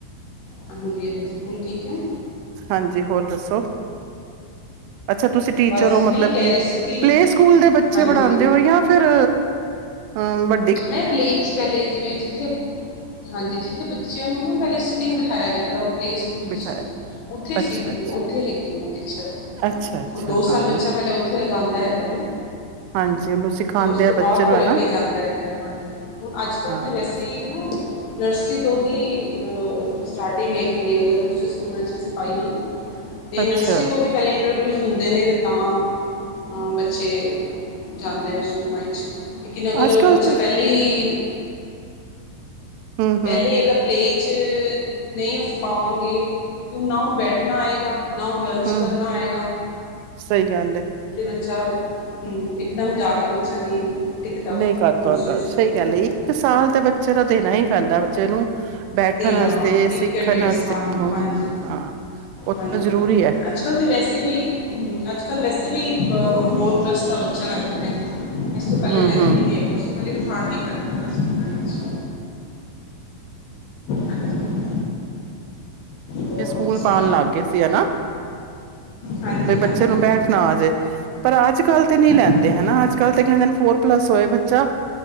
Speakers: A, on the left; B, on the right.
A: ਹਾਂਜੀ, ਹਾਂਜੀ ਹੁਣ ਠੀਕ ਹੈ।
B: ਹਾਂਜੀ, ਹੋਰ ਦੱਸੋ। ਅੱਛਾ ਤੁਸੀਂ ਟੀਚਰ
A: ਬਸ
B: ਹੋ।
A: ਜੀ
B: ਮਤਲਬ
A: ਮੈਂ ਹੀ ਕਹਿ
B: ਕਿ
A: ਰਹੀ ਸੀ ਕਿ
B: ਪਲੇ ਸਕੂਲ ਦੇ ਬੱਚੇ
A: ਹਾਂਜੀ
B: ਪੜ੍ਹਾਉਂਦੇ ਹੋ ਜਾਂ ਫਿਰ ਹੂ ਵੱਡ
A: ਮੈਂ ਪਲੇ ਚ ਪਹਿਲੇ ਜਿਵੇਂ ਜਿੱਥੇ, ਹਾਂਜੀ ਜਿੱਥੇ ਬੱਚਿਆਂ ਨੂੰ ਨਾ ਪਹਿਲੇ ਸਿਟਿੰਗ ਬਿਠਾਇਆ ਜਾਂਦਾ ਉਹ ਪਲੇਸ ਹੁੰਦੀ
B: ਬਿਠਾਇਆ
A: ਸੀ ਨਾ ਉੱਥੇ ਸੀ
B: ਅੱਛਾ-ਅੱਛਾ,
A: ਉੱਥੇ ਹੈਗੀ ਆ ਮੈਂ ਟੀਚਰ
B: ਅੱਛਾ-ਅੱਛਾ
A: ਉਹ ਦੋ
B: ਹਾਂ
A: ਸਾਲ ਬੱਚਾ ਪਹਿਲਾ ਉੱਥੇ ਲਗਾਉਂਦਾ ਹੈਗਾ ਵੇ
B: ਹਾਂਜੀ ਉਹਨੂੰ ਸਿਖਾਂਦੇ
A: ਤੇ ਉਸ ਤੋਂ
B: ਆ ਬੱਚੇ
A: ਬਾਅਦ
B: ਨੂੰ
A: ਫਿਰ
B: ਹਨਾ
A: ਅੱਗੇ ਜਾਂਦਾ ਹੈਗਾ ਹਾਂਜੀ ਹੁਣ ਅੱਜ ਕੱਲ
B: ਹਾਂ
A: ਤੇ ਵੈਸੇ ਹੀ ਨਾ ਨਰਸਰੀ ਤੋਂ ਹੀ ਅਹ! ਸਟਾਰਟਿੰਗ ਹੈਗੀ ਅਗਰ ਦੂਸਰੇ ਸਕੂਲਾਂ ਚ ਅਸੀ ਪਾਈਏ ਨਾ ਤੇ
B: ਅੱਛਾ
A: ਨਰਸਰੀ ਤੋਂ ਹੀ! ਪਹਿਲੇ ਇੰਟਰਵਿਊਜ ਹੁੰਦੇ ਨੇ ਤੇ ਤਾਂ ਬੱਚੇ ਜਾਂਦੇ ਨੇ ਸਕੂਲਾਂ ਵਿੱਚ, ਲੇਕਿਨ ਅਗਰ
B: ਅੱਜ-ਕੱਲ
A: ਬੱਚਾ
B: ਤੇ
A: ਪਹਿਲੇ ਹੀ!
B: ਹੂੰ-ਹੂੰ,
A: ਪਹਿਲੇ ਹੀ ਅਗਰ! ਪਲੇ ਚ ਨਹੀਂ ਅਸੀਂ ਪਾਵਾਂਗੇ ਤੇ ਉਹ ਨਾ ਉਹਨੂੰ ਬੈਠਣਾ ਆਏਗਾ ਨਾ ਉਹ ਲੰਚ
B: ਹੂੰ
A: ਕਰਨਾ
B: ਹੂੰ
A: ਆਏਗਾ
B: ਸਹੀ ਗੱਲ ਏ
A: ਤੇ ਬੱਚਾ ਹੂ ਇਕਦਮ ਜਾ ਕੇ ਬੱਚਾ ਨਹੀਂ! ਟਿਕਦਾ
B: ਨਹੀਂ ਕਰ ਪਾਉਂਦਾ
A: ਦੂਸਰੇ ਸਿਪਾਹੀਏ
B: ਸਹੀ ਗੱਲ
A: ਤੇ
B: ਇੱਕ ਸਾਲ ਤਾਂ ਬੱਚੇ ਨੂੰ ਦੇਣਾ ਹੀ ਪੈਂਦਾ, ਬੱਚੇ ਨੂੰ ਬੈਠਣ
A: ਦੇਣਾ
B: ਵਾਸਤੇ ਸਿੱਖਣ
A: ਇੱਕ ਜਾਂ ਡੇਢ
B: ਵਾਸਤੇ
A: ਸਾਲ
B: ਨੂੰ
A: ਹਾਂਜੀ
B: ਹਾਂ ਉਹ
A: ਹਾਂਜੀ
B: ਤਾ ਜ਼ਰੂਰੀ ਹੈ!
A: ਅੱਜ ਕੱਲ ਤਾਂ ਵੈਸੇ ਵੀ ਅੱਜ ਕੱਲ ਵੈਸੇ ਵੀ ਫੋਰਥ ਪਲੱਸ ਦਾ ਬੱਚਾ ਕਰਦੇ ਨੇ, ਇਸ ਤੋਂ ਪਹਿਲੇ
B: ਹੂੰ-ਹੂੰ
A: ਲੈਂਦੇ ਨੀ ਹੈਗੇ ਉਸ ਤੋਂ ਪਹਿਲੇ ਬਿਠਾਣਾ ਹੀ ਪੈਂਦਾ ਇਨਾ ਸਕੂਲਾਂ ਵਿੱਚ, ਹਾਂਜੀ ਹੋਰ
B: ਤੇ ਸਕੂਲ
A: ਤੁਸੀਂ
B: ਪਾਉਣ ਲੱਗ ਗਏ ਸੀ, ਹਨਾ!
A: ਹਾਂਜੀ
B: ਬਈ ਬੱਚੇ
A: ਹਾਂਜੀ
B: ਨੂੰ ਬੈਠਣਾ ਆ ਜਾਏ। ਪਰ ਅੱਜ ਕੱਲ ਤੇ ਨਹੀਂ ਲੈਂਦੇ।
A: ਹਾਂਜੀ
B: ਹਨਾ ਅੱਜ ਕੱਲ ਤੇ ਕਹਿੰਦੇ ਫੋਰ ਪਲੱਸ ਹੋਏ ਬੱਚਾ।